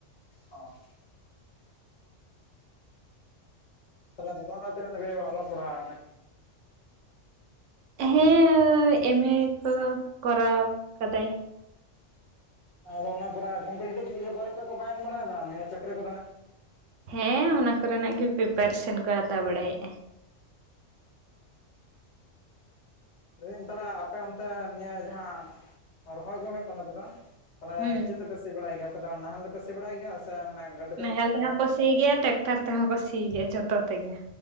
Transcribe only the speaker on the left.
ᱚᱸ᱾ ᱛᱟᱦᱞᱮ ᱫᱟᱫᱟ ᱫᱚ ᱛᱤᱱᱟᱹᱜ ᱫᱷᱟᱹᱵᱤᱡ ᱮ ᱚᱞᱚᱜ ᱯᱟᱲᱦᱟᱣ ᱟᱠᱟᱱᱟ?
ᱟᱫᱚ ᱚᱱᱟ ᱯᱚᱨᱮ ᱠᱚᱢᱯᱤᱴᱤᱵᱷ ᱤᱭᱟᱹ ᱯᱚᱨᱤᱠᱠᱷᱟ ᱠᱚ ᱵᱟᱭ ᱮᱢ ᱵᱟᱲᱟᱭᱮᱫᱟ ᱱᱤᱭᱟᱹ ᱪᱟᱹᱠᱨᱤ ᱠᱚᱨᱮᱱᱟᱜ?
ᱞᱟᱹᱭ ᱫᱟᱹᱧ ᱛᱟᱞᱦᱮ ᱟᱯᱮ ᱚᱱᱛᱮ ᱱᱤᱭᱟᱹ ᱡᱟᱦᱟᱸ, ᱨᱚᱦᱚᱭ ᱠᱚ ᱦᱩᱭᱩᱜ ᱠᱟᱱᱟ ᱛᱟᱯᱮ ᱫᱚ? ᱛᱟᱦᱞᱮ
ᱪᱮᱫ ᱛᱮᱯᱮ ᱥᱤ ᱵᱟᱲᱟᱭ ᱜᱮᱭᱟ ᱟᱯᱮ ᱫᱚ ᱱᱟᱦᱮᱞ ᱛᱮᱯᱮ ᱥᱤ ᱵᱟᱲᱟᱭ ᱜᱮᱭᱟ ᱥᱮ ᱢᱟᱱᱮ ᱜᱟ